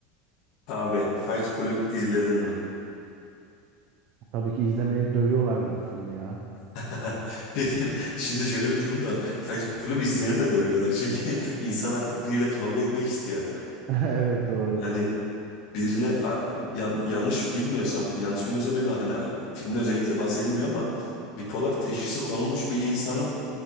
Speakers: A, on the left; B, on the right.
A: Abi Fight Club izledin mi?
B: Tabii ki izlemeyen dövüyorlardı bu filmi ya.
A: <laughs> Şimdi şöyle bir durum da var. Fight Club izleyeni de dövüyorlar. Çünkü <laughs> insan artık biriyle kavga etmek istiyor.
B: <laughs> Evet doğru.
A: Yani birine a- yan- yanlış bilmiyorsam, yanlış bilmiyorsam bilmem hani a- filmde özellikle bahsedilmiyor ama bipolar teşhisi konulmuş bir insanın